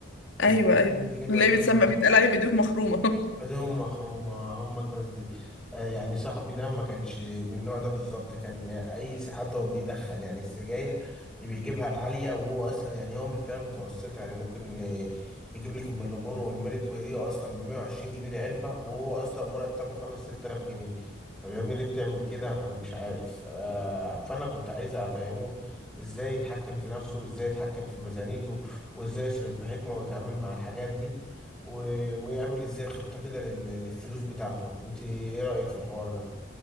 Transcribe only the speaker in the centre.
اللي
الجنيه بياكلها
ايديهم مخرومة هم الناس دي آه، يعني صاحبي ده ما كانش من النوع ده بالظبط كان اي س- حتى هو بيدخن يعني السجاير بيجيبها العالية وهو اصلا يعني هو من الفئة المتوسطة يعني ممكن آه، يجيب لك من اللبور والميريت وهي اصلا ب 120 جنيه العلبة وهو اصلا مرتبه 5 6000 جنيه طب يا ابني ليه بتعمل كده انا مش عارف آه، فانا كنت عايز افهمه ازاي يتحكم في نفسه وازاي يتحكم في ميزانيته وازاي يصرف بحكمة ويتعامل مع الحاجات دي و... ويعمل ازاي خطة كده لل... للفلوس بتاعته انت ايه رأيك في الحوار ده